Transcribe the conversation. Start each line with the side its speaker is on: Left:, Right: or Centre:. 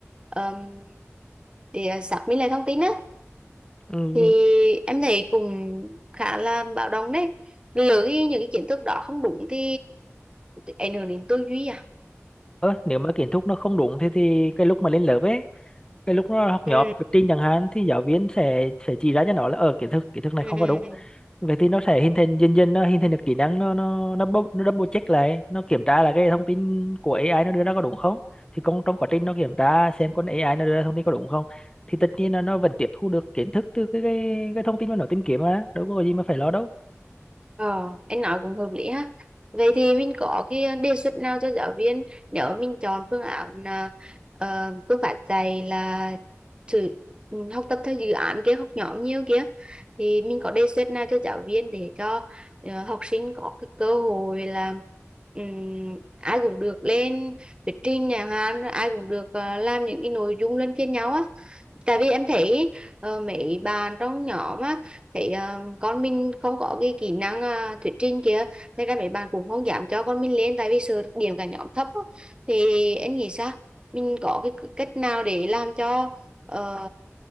Right: ờm, để ờ, xác minh lại thông tin á
Left: ừ.
Right: thì em thấy cũng khá là báo động đấy lỡ khi những cái kiến thức đó không đúng thì thì ảnh hưởng đến tư duy à
Left: ơ, nếu mà kiến thức nó không đúng thì thì cái lúc mà lên lớp ấy cái lúc nó học
Right: ừ
Left: nhóm thuyết trình chẳng hạn thì giáo viên sẽ sẽ chỉ ra cho nó là ở kiến thức kiến thức này
Right: ừ
Left: không
Right: ừ
Left: có đúng vậy thì nó sẽ hình thành dần dần nó hình thành được kỹ năng nó nó nó bou- nó double check lại nó kiểm tra là cái thông tin của AI nó đưa ra có đúng không thì con trong quá trình nó kiểm tra xem con AI nó đưa ra thông tin có đúng không thì tất nhiên là nó vẫn tiếp thu được kiến thức từ cái cái, cái thông tin mà nó tìm kiếm mà đâu có gì mà phải lo đâu
Right: Ờ, anh nói cũng hợp lý ha. Vậy thì mình có cái đề xuất nào cho giáo viên nếu mà mình chọn phương án là ờ, phương pháp dạy là thử ừ, học tập theo dự án kia học nhóm nhiều kia thì mình có đề xuất nào cho giáo viên để cho ờ, học sinh có cái cơ hội là ừm, ai cũng được lên thuyết trình nhà hàng ai cũng được ờ, làm những cái nội dung luân phiên nhau á tại vì em thấy ờ, mấy bạn trong nhóm á thấy ờ, con mình không có cái kỹ năng ờ, thuyết trình kia thế ra mấy bạn cũng không dám cho con mình lên tại vì sợ điểm cả nhóm thấp á. thì em nghĩ sao mình có cái cách nào để làm cho ờ,